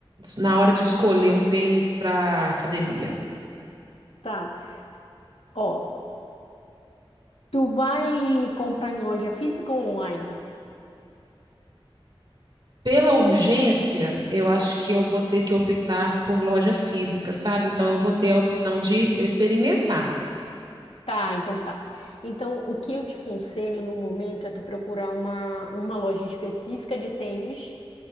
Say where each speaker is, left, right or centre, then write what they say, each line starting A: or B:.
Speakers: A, on the right; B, on the left.
A: na hora de escolher um tênis para academia.
B: Tá. Ó, tu vai comprar em loja física ou online?
A: Pela urgência, eu acho que eu vou ter que optar por loja física, sabe? Então eu vou ter a opção de experimentar.
B: Tá, então tá. Então, o que eu te aconselho no momento é tu procurar uma, uma loja específica de tênis